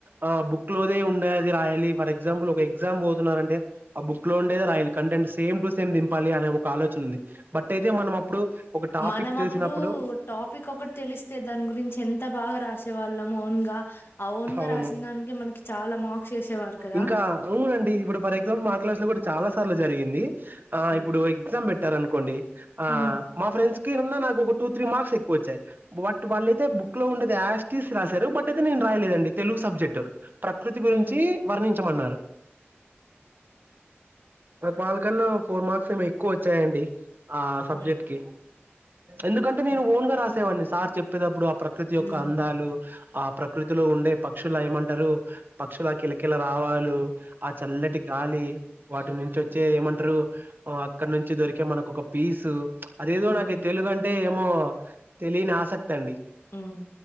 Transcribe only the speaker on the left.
మనం
అప్పుడు టాపిక్ ఒకటి తెలిస్తే దాని గురించి ఎంత బాగా రాసేవాళ్ళు. నాము ఒన్గా ఆ ఓన్గా
రాసిన దానికి మనకి చాలా మార్క్స్ వేసేవారు కదా
మ్
మ్
మ్
మ్
మ్
మ్
హ్మ్
ఉమ్